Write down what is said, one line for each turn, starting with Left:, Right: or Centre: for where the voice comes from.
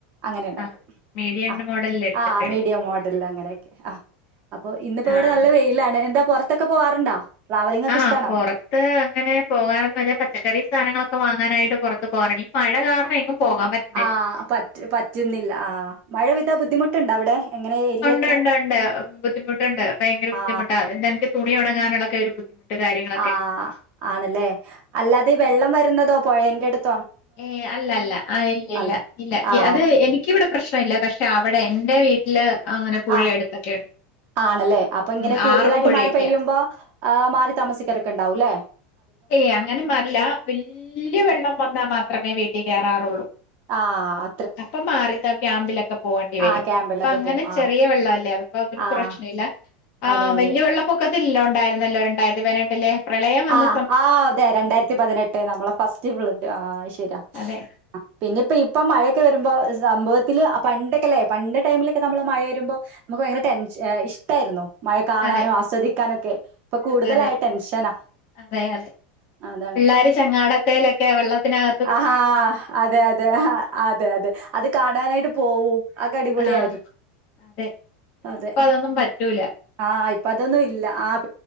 Right: അങ്ങനെ ഇണ്ടാക്കും
Left: ആഹ് മീഡിയം
Right: ആഹ
Left: മോഡലിൽ എടുത്തിട്ട്
Right: ആഹ്
Left: എടുക്ക
Right: മീഡിയം
Left: ചെയ്യും
Right: മോഡൽ
Left: അല്ലേ
Right: അങ്ങനെയെക്കെ ആ അപ്പൊ ഇന്നിപ്പോ
Left: ആഹ്
Right: ഇവ്ടെ നല്ലെ വെയിലാണ് എന്താ പൊറത്തൊക്കെ പോവാറുണ്ടോ ട്രാവലിംഗ് ഒക്കെ
Left: ആ
Right: ഇഷ്ടാണോ
Left: പൊറ ത്ത് അങ്ങനെ പോവാനൊന്നും കയ്യേലില്ല പച്ചക്കറി സാനങ്ങളൊക്കെ വാങ്ങാനായിട്ട് പൊറത്ത് പോവാർണ്ട് ഈ മഴ കാരണ മെങ്ങും പോകാൻ പറ്റാ
Right: ആ പറ്റ് പറ്റ്ന്നില്ല ആ മഴെ പെയ്താ ബുദ്ധിമുട്ട്ണ്ടോ അവ്ടെ എങ്ങനെ ഏരിയെ
Left: ഉണ്ട് ഉണ്ട് ബുദ്ധിമുട്ടുണ്ട് ഭയെങ്കര ബുദ്ധിമുട്ടാ
Right: ആ
Left: അത് എന്ക്ക് തുണി ഒണങ്ങാനൊക്കൊരു ബുദ്ധിമുട്ട് കാര്യങ്ങൾ
Right: ആഹ്‌ ആണല്ലേ അല്ലാതെ വെള്ളം വരുന്നതോ പൊയന്റെട്ത്
Left: ഏഹ്‌ അല്ല അല്ല ആഹ്‌ ഇല്ല ഇല്ല
Right: അല്ല
Left: ഇല്ല
Right: ആ
Left: അത്
Right: ഓക്കെ
Left: എനിക്ക് ക്കി ഇവിടെ പ്രശ്നം ഇല്ല. പക്ഷെ, അവടെ എന്റെ വീട്ടിൽ ഇല്ലാ അങ്ങനെ പുഴ
Right: ആഹ്‌
Left: അടുത്തൊക്കെ ഉണ്ട്
Right: ആണല്ലേ അപ്പൊ ഇങ്ങനെ
Left: ഉം
Right: കൂടുതലായിട്ട്
Left: ആറും പുഴയൊക്കെയാ
Right: മഴ പെയ്യുമ്പോ ആഹ്‌ മാറി താമസിക്കരൊക്കെ ഇണ്ടാവുല്ലേ
Left: ഏയ് അങ്ങനെ മാറില്ലാ വെല്യവെള്ളം വന്നാ മാത്രമേ വീട്ടിൽ കയെറാറുള്ളൂ
Right: ആഹ്‌
Left: അപ്പൊ മാറിത്ത ക്യാമ്പിലൊക്കെ പോകേണ്ടി വരും
Right: ആ ക്യാമ്പിലൊക്കെ
Left: ഇപ്പൊ അങ്ങനെ
Right: പോവും
Left: ചെറിയ
Right: ആ
Left: വെള്ളല്ലേ അപ്പോ അതൊര്
Right: ആ
Left: പ്രശ്ന ഇല്ല ആ
Right: അതെ അതെ
Left: വല്യ വെള്ളപ്പൊക്ക ല്ലോ ഉണ്ടായിരുന്നല്ലോ രണ്ടായിരത്തി പതിനെട്ടില് പ്രളയം വന്ന്
Right: ആ ആ അതെ രണ്ടായിരത്തി പതിനെട്ട് നമ്മളെ ഫസ്റ്റ് <unintelligible> ആഹ്‌ ശരിയാ
Left: അതെ
Right: പിന്നെപ്പ ഇപ്പ മഴയൊക്കെ വരുമ്പോ സംഭവത്തില് പണ്ടെക്കെല്ലേ പണ്ട് ടൈമിലെക്കെ നമ്മള് മഴ വരുമ്പോ നമുക്ക് ഭയങ്കര ടെൻഷെ ഇഷ്ടായിരുന്നു മഴെ കാണാനും
Left: അതെ
Right: ആസ്വദിക്കാനൊക്കെ ഇപ്പൊ കൂടുതലായ
Left: അതെ അതെ
Right: ടെൻഷനാ
Left: അതെ അതെ
Right: അതാണ്
Left: പിള്ളേര് ചങ്ങാടത്തേലെക്കെ വെള്ളത്തിനക
Right: ആഹാ അതെ അതെ അതെ അതെ അത് കാണാനായിട്ട് പോവും അ‌തടിപൊളിയായിരുന്നു
Left: ആ അതെ
Right: അതെ
Left: ഇപ്പൊ അതൊന്നും പറ്റൂല
Right: ആഹ്‌ ഇപ്പ അതൊന്നും ഇല്ലാ ആഹ്‌